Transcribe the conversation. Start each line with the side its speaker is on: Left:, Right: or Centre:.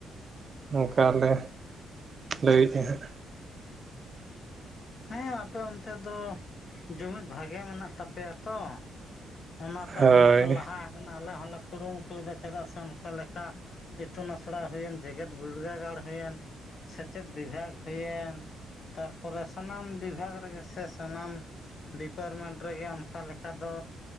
Right: ᱚᱱᱠᱟᱞᱮ
Left: ᱦᱮᱸ
Right: ᱞᱟᱹᱭᱮᱫᱼᱟ ᱦᱟᱸᱜ
Left: ᱦᱮᱸ ᱟᱯᱮ ᱚᱱᱛᱮ ᱫᱚ ᱡᱩᱢᱤᱫ ᱵᱷᱟᱜᱮ ᱢᱮᱱᱟᱜ ᱛᱟᱯᱮᱭᱟ ᱛᱚ ᱚᱱᱟᱛᱮ
Right: ᱦᱳᱭ
Left: ᱟᱯᱮ ᱫᱚᱯᱮ ᱞᱟᱦᱟ ᱟᱠᱟᱱᱟ ᱟᱞᱮ ᱦᱚᱸᱞᱮ ᱠᱩᱨᱩᱢᱩᱴᱩᱭᱮᱫᱟ ᱪᱮᱫᱟᱜ ᱥᱮ ᱚᱱᱠᱟ ᱞᱮᱠᱟ ᱤᱛᱩᱱ ᱟᱥᱲᱟ ᱦᱩᱭᱮᱱ ᱡᱮᱜᱮᱫ ᱵᱤᱨᱫᱟᱹᱜᱟᱲ ᱦᱩᱭᱮᱱ ᱥᱮᱪᱮᱫ ᱵᱤᱵᱷᱟᱜᱽ ᱦᱩᱭᱮᱱ ᱛᱟᱨᱯᱚᱨᱮ ᱥᱟᱱᱟᱢ ᱵᱤᱵᱷᱟᱜᱽ ᱨᱮᱜᱮ ᱥᱮ ᱥᱟᱱᱟᱢ ᱰᱤᱯᱟᱨᱢᱮᱱᱴ ᱨᱮᱜᱮ ᱚᱱᱠᱟ ᱞᱮᱠᱟ ᱫᱚ